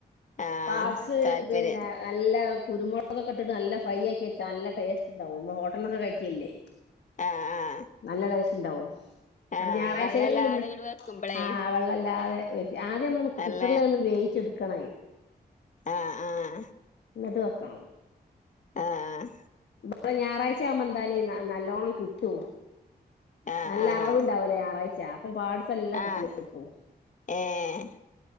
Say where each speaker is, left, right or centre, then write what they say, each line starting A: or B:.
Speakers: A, on the left (about 45°); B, on the left (about 85°).
A: ആഹ്
B: പാട്സ്
A: താല്പര്യം
B: പിന്നെ നല്ല കുരുമുളൊക്കെ ഇട്ടിട്ട് നല്ല ഫ്രൈ ആക്കി വെച്ചാ നല്ല ടേസ്റ്റ് ഉണ്ടാവുംമ്മ ഹോട്ടലൊക്കെ കഴിക്കിയല്ലേ
A: ആഹ് ആഹ്
B: നല്ല ടൈസ്റ്റ് ണ്ടാവും ഇവിടെ
A: ആഹ്
B: ഞായറാഴ്ചകളിൽ
A: വെള്ളല്ലാതെ
B: ഇന്ന്
A: ഇങ്ങട് വെക്കുമ്പളേ
B: ആഹ വെള്ളല്ലാതെ ആദ്യം നമ്മൾ
A: നല്ല
B: കുക്കറൽ ഒന്ന് വേവിച്ചെടുക്കണായി
A: ആഹ ആഹ
B: ന്നട്ട് വെക്കണം
A: ആഹ് ആ
B: ഇവിടെ ഞായറാഴ്ച ആവുമ്പോൾ എന്താലും നല്ലോണ്ണം കിട്ടും
A: ആഹ്
B: നല്ല
A: ആഹ്
B: അറവുണ്ടാവല്ലോ ഞായറാഴ്ച ചാപ് ഇപ്പം പാട്സ് എല്ലാം
A: ആഹ്
B: കിട്ടല എടുത്തു
A: ഏഹ്